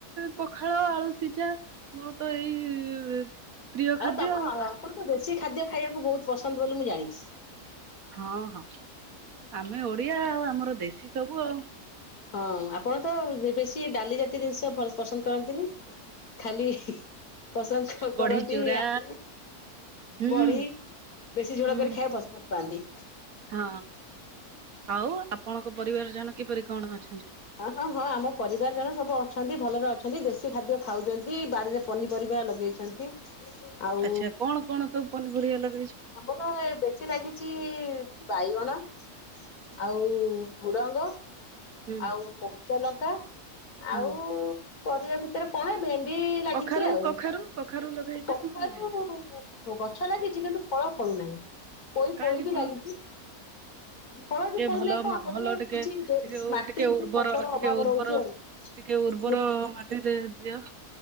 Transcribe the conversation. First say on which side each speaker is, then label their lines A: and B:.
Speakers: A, on the right; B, on the left.
A: ପଖାଳ ଆଳୁ ସିଝା ମୋର ତ ଏଇ ପ୍ରିୟ ଖାଦ୍ୟ
B: ଆଉ ତ ଆପଣ ତ ଦେଶୀ ଖାଦ୍ୟ ଖାଇବାକୁ ବହୁତ ପସନ୍ଦ ବୋଲି ମୁଁ ଜାଣିଛି।
A: ହଁ ହଁ ଆମେ ଓଡିଆ ଆଉ ଆମର ଦେଶୀ ସବୁ ଆଉ
B: ହଁ ଆପଣ ତ ବେଶୀ ଡାଲି ଜାତୀୟ ଜିନିଷ ପସନ୍ଦ କରନ୍ତିନି। ଖାଲି ପସନ୍ଦ କରନ୍ତି
A: ବଢି ଚୁରା
B: ଆଗୁରୁ।
A: ହୁଁ
B: ବଢ଼ି ବେଶୀ ଝୋଳ
A: ହୁଁ
B: କରି ଖାଇବାକୁ ଭଲ ଭଲ ପାନ୍ତି।
A: ହଁ ଆଉ ଆପଣଙ୍କ ପରିବାର ଜଣ କିପରି କଣ ଅଛନ୍ତି?
B: ହଁ ହଁ ହଁ ଆମ ପରିବାର ଜଣ ସବୁ ଅଛନ୍ତି ଭଲରେ ଅଛନ୍ତି ଦେଶୀ ଖାଦ୍ୟ ଖାଉଛନ୍ତି ବାରିରେ ପନିପରିବା ଲଗେଇଛନ୍ତି। ଆଉ
A: ଆଚ୍ଛା କଣ କଣ ସବୁ ପନିପରିବା ଲ
B: ଆମର ବେଶୀ ଲାଗିଛି ବାଇଗଣ। ଆଉ ଝୁଡ଼ଙ୍ଗ
A: ହୁଁ
B: ଆଉ କଞ୍ଚା ଲଙ୍କା
A: ହୁଁ
B: ଆଉ ପରିବା ଭିତରେ କଣ ଏ ଭେ ଣ୍ଡି ଲାଗିଛି
A: କଖାରୁ
B: ଆଉ
A: କଖାରୁ କଖାରୁ ଲଗେଇଛ
B: କଖାରୁ
A: ନା ଲଗେଇନ?
B: ଗଛ ଲାଗିଛି କିନ୍ତୁ ଫଳ ଫଳୁ ନାହିଁ ପୋଇ
A: କାହିଁକି
B: ପୋଇ ବି
A: ଫଳ
B: ଲାଗିଛି।
A: <inaudible>
B: ଫଳ
A: ଟିକେ
B: ଏଠି ଫଳୁନାହିଁ
A: ଭଲ
B: କଣ
A: ମା
B: ବୋଧେ
A: ଭଲ ଟିକେ
B: କିଛି
A: ଟିକେ
B: ମାଟି
A: ଟିକେ ଉର୍ବର
B: କି ଖତର
A: ଟିକେ
B: ଅଭାବ
A: ଉର୍ବର
B: ରହୁଛି ଆଉ
A: ଟିକେ ଉର୍ବର
B: ମୁ
A: ମାଟିରେ ଦିଅ